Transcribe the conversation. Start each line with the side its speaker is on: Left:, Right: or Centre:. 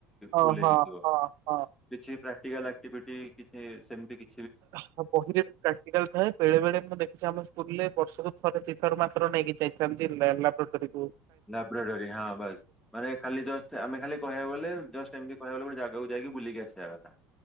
Right: ହଁ
Centre: ଫୁଲ
Right: ହଁ
Centre: ହେଇକି ଥିବ
Right: ହଁ ହଁ।
Centre: କିଛି ପ୍ରା ପ୍ରାକ୍ଟିକାଲ ଆକ୍ଟିଭିଟି କିଛି ସେମିତି କି
Right: ହ ବହିରେ ବି ପ୍ରାକ୍ଟିକାଲ ଥାଏ ବେଳେ ବେଳେ ମୁଁ ଦେଖିଛି ଆମ ସ୍କୁଲ ରେ ବର୍ଷ କୁ ଥ ଦି ଥର ମାତ୍ର ନେଇକି ଯାଇଥାନ୍ତି ଲା-ଲାବ୍ରୋଟୋରି।
Centre: ଲାବ୍ରୋଟୋରି ହଁ ବାସ୍ ମାନେ ଖାଲି ଜଷ୍ଟ ଆମେ ଖାଲି କହିବାକୁ ଗଲେ ଜଷ୍ଟ ଏମିତି କହିବାକୁ ଗଲେ ଗୋଟେ ଜା ଜାଗାକୁ ଯାଇକି ବୁଲିକି ଆସିବା କଥା